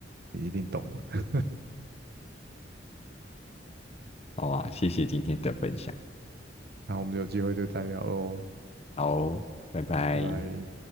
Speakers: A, on the right (about 55°); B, on the left (about 35°).
A: 你一定懂了。
B: 好啊，谢谢今天的分享，
A: 那我们有机会就再聊喽，
B: 好，拜拜。
A: 拜拜。